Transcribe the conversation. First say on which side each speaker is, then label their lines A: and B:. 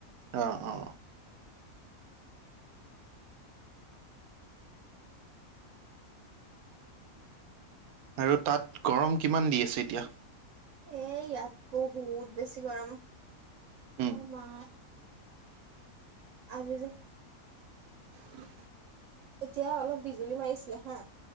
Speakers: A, on the right; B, on the right.
A: অ অ। আৰু তাত গৰম কিমান দি আছে এতিয়া।
B: এ ইয়াত বহুত বেছি গৰম
A: উম,
B: অ মা। আৰু যে।
A: উম।
B: এতিয়া অলপ বিজুলী মাৰিছিলে হা